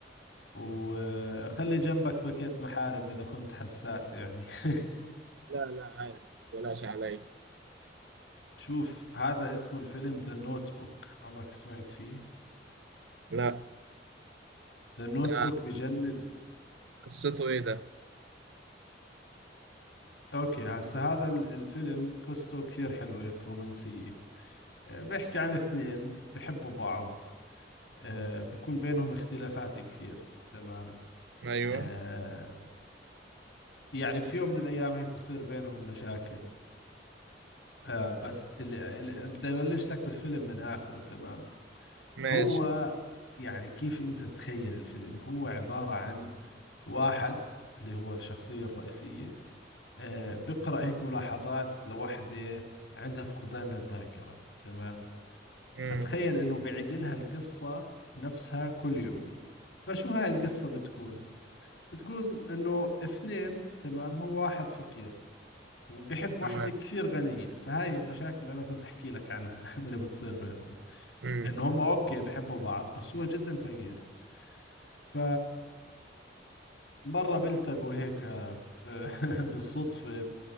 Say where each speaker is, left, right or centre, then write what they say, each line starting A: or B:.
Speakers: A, on the left (about 80°); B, on the right (about 85°).
A: وخلي جنبك باكيت محارم إذا كنت حساس يعني <laughs>
B: لا لا عادي متقلقش عليا
A: شوف هذا اسمه الفيلم ذا نوت بوك عمرك سمعت فيه
B: لا
A: ذا نوت
B: ده
A: بوك بجنن
B: قصته ايه ده
A: اوكي هسه هذا ال- الفيلم قصته كثير حلوة هيك رومانسية آه، بيحكي عن اثنين بحبوا بعض آه، بكون بينهم اختلافات كثير تمام
B: ايوه
A: آه، يعني في يوم من الايام هيك بصير بينهم مشاكل آه، بس اللي اللي- بدي ابلش لك بالفيلم من اخره تمام
B: ماشي
A: هو يعني كيف انت تتخيل الفيلم هو عبارة عن واحد اللي هو الشخصية الرئيسية آه، بقرأ هيك ملاحظات لوحدة عندها فقدان للذاكرة تمام
B: امم
A: فتخيل إنه بعيد لها القصة نفسها كل يوم فشو هاي القصة بتكون؟ بتكون إنه اثنين تمام هو واحد فقير وبحب
B: تمام
A: واحدة كثير غنية فهاي المشاكل اللي أنا كنت أحكي لك عنها <laughs> اللي بتصير بينهم
B: امم
A: إنه هم أوكي بحبوا بعض بس هو جدا فقير ف مرة بلتقوا هيك آه، <laughs> بالصدفة